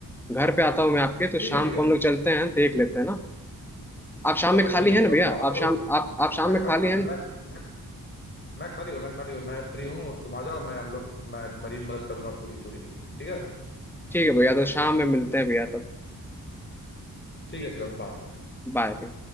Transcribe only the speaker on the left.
ठीक है ठीक
है
चलो
ठीक है
शिवांग
तो आओ
तो
मैं
ख-
मैं
मैं मैं, मैं खाली हूँ मैं खाली हूँ मैं फ्री हूँ तुम आ जाओ मैं हम लोग मैं तुम्हारी मदद करूंगा पूरी पूरी ठीक है
ठीक है शिवांग बाय